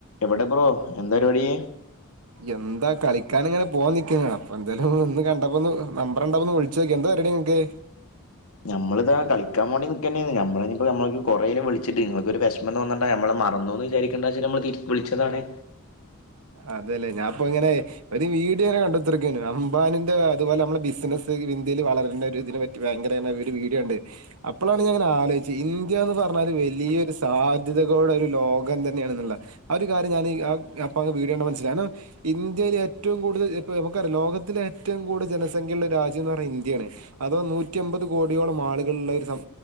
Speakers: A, on the left; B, on the right.
A: എവിടെ ബ്രോ എന്താരിപാടീ
B: എന്താ കളിക്കാന് ഇങ്ങനെ പോവാൻ നിക്കേനി അപ്പ എന്താലും ഒന്ന് കണ്ടപ്പോന്ന് നമ്പ്രണ്ടപ്പൊന്ന് വിളിച്ചോക്ക്യാ എന്താ പരാടി ഇങ്ങക്ക്
A: ഞമ്മളിതാ കളിക്കാൻ വാണ്ടി നിക്കെന്നേണ് ഞമ്മളിനിപ്പോ ഞമ്മളൊരു കൊറേരെ വിളിച്ചിട്ട് ഇങ്ങക്കൊരു വെഷ് ഒന്നുംതോന്നണ്ട ഞമ്മള് മറന്നുന്ന് വിചാരിക്കണ്ടാച്ച് നമ്മള് തിരി വിളിച്ചതാണ്
B: അതെല്ലേ ഞാപ്പെങ്ങനെ ഒരു വീട് ഇങ്ങനെ കണ്ടത്തിനടക്കയാണ് അംബാനിന്റെ അതുപോലെ നമ്മളെ ബിസിനസ് ഇന്ത്യിൽ വളരണ്ട ഒരു ഇതിനെ പറ്റി റ്റ് ഭയങ്കരാനെ വീട് വീടുകൻണ്ട് അപ്പളാണ് ഞാൻങ്ങനെ ആലോയ്ച് ഇന്ത്യ ന്ന് പറഞ്ഞാല് വലിയൊരു സാധ്യതകോടെ ഒരു ലോകം തന്നെയാണന്നുള്ള ആ ഒരു കാര്യം ഞാനി ആഹ് അപ്പൊ അങ് വീടിയോകണ്ട മനസിലാ കാര്നം ഇന്ത്യയിൽ ഏറ്റവും കൂടുതൽ ഇപ്പോ നമുക്കറിയാം ലോകത്തിലെ ഏറ്റവും കൂടുതൽ ജനസംഖ്യള്ള ഒരു രാജ്യം എന്ന് പറ ഇന്ത്യാണ് അതോ നൂറ്റി അമ്പത് കോടിയോളം ആളുകളുള്ള ഒരു സം